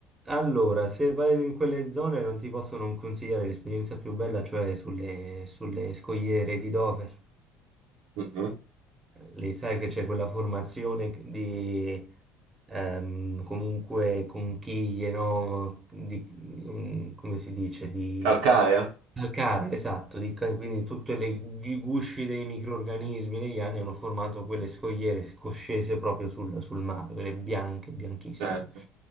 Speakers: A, on the right; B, on the right.
A: Allora, se vai in quelle zone non ti posso non consigliare l'esperienza più bella, cioè sulle, sulle scogliere di Dover.
B: Mhm.
A: Lì sai che c'è quella formazione di ehm, comunque conchiglie, no? Di- mm, come si dice? Di
B: Calcarea?
A: calcare, esatto, di cal- quindi tutti i gusci dei microrganismi negli anni hanno formato quelle scogliere scoscese proprio sul, sul mare, quelle bianche, bianchissime.
B: Certo,